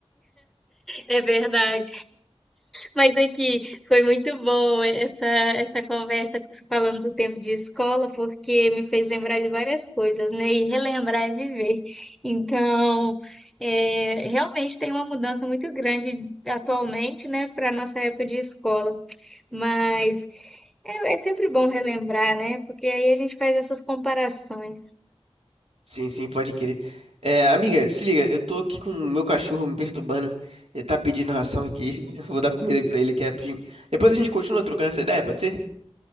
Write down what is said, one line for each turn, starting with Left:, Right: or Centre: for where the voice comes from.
Centre: É verdade. Mas aqui foi muito bom essa, essa conversa falando do tempo de escola, porque me fez lembrar de várias coisas, né? E relembrar é viver. Então, é, realmente tem uma mudança muito grande atualmente, né, para a nossa época de escola. Mas é, é sempre bom relembrar, né? Porque aí a gente faz essas comparações.
Right: Sim, sim, pode crer. Eh, amiga, se liga, eu tô aqui com o meu cachorro me perturbando. Ele tá pedindo ração aqui. <laughs> Eu vou dar comida aí pra ele aqui rapidinho. Depois a gente continua trocando essa ideia, pode ser?